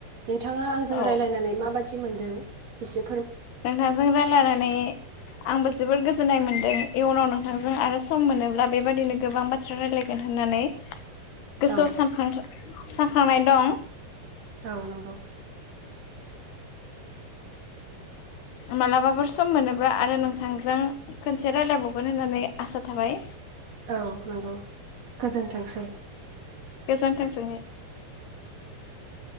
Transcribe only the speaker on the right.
नोंथाङा आंजों
रायलायनानै माबाददि मोनदों? इसे
औ
औ नंगौ।
औ नोंगौ गोजोनथोंसै।